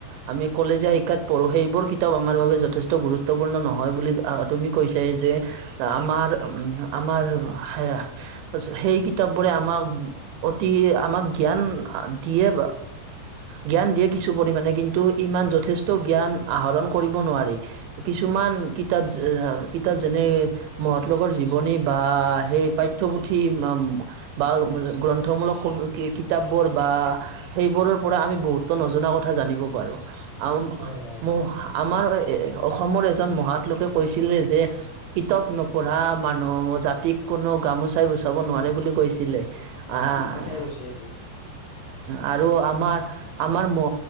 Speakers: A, on the right; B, on the left.
A: আমি কলেজীয়া শিক্ষাত পঢ়ো সেইবোৰ কিতাপ আমাৰ বাবে যথেষ্ট গুৰুত্বপূৰ্ণ নহয় বুলি তুমি কৈছা যে। আমাৰ উম আমাৰ হা সেই কিতাপবোৰে আমাক অতি আমাক জ্ঞান দিয়ে জ্ঞান দিয়ে কিছু পৰিমানণে কিন্তু ইমান যথেষ্ট জ্ঞান আহৰণ কৰিব নোৱাৰি। কিছুমান কিতাপ কিতাপ যেনে মহৎলোকৰ জীৱনী বা সেই পাঠ্য পু পুঠি <unintelligible> গ্ৰন্থমূলক কিতাপবোৰ বা সেইবোৰৰ পৰা আমি বহুতো নজনা কথা জানিব পাৰো। <unintelligible>
B: হয় হয়
A: আমাৰ এ অসমৰ এজন মহৎ লোকে কৈছিলে যে পিতাপ নপঢ়া মানুহ জাতিক কোনো গামোচা চাই গুচাব নোৱাৰে বুলি কৈছিলে।
B: হয়
A: আহ
B: ঠিক কথাই কৈছে এইটো
A: আৰু আমাৰ, আমাৰ ম